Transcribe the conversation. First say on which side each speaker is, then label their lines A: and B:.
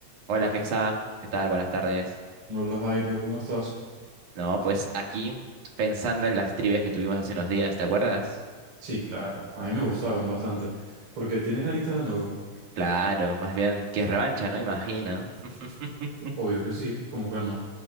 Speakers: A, on the right; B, on the right.
A: Hola Hexa, ¿qué tal? Buenas tardes.
B: Hola Jairo, ¿cómo estás?
A: No, pues aquí pensando en las trivias que tuvimos hace unos días, ¿te acuerdas?
B: Sí, claro, a mí me gustaron bastante. porque tienes ganitas de nuevo?
A: Claro, más bien que es revancha, ¿no? Imagino. <laughs>
B: Obvio que sí, ¿cómo que no?